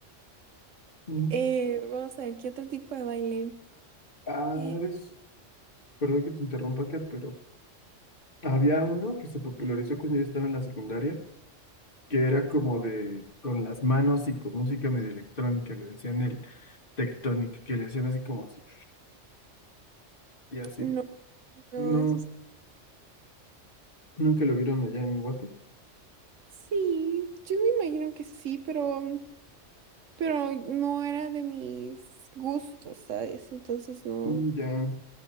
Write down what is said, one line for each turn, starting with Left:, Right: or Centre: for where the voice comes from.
Left: Ujú.
Right: Eh, vamos a ver, ¿qué otro tipo de baile?
Left: Ah,
Right: Eh,
Left: una vez, perdón que te interrumpa, Kat, pero había uno que se popularizó cuando yo estaba en la secundaria, que era como de, con las manos y con música medio electrónica, le decían el tectonic, que le hacían así como así, y así.
Right: no, no,
Left: No,
Right: eso es...
Left: Nunca lo vieron allá en Guate.
Right: Sí, yo me imagino que sí, pero... pero no era de mis gustos, ¿sabes? Entonces no
Left: Mm, Ya,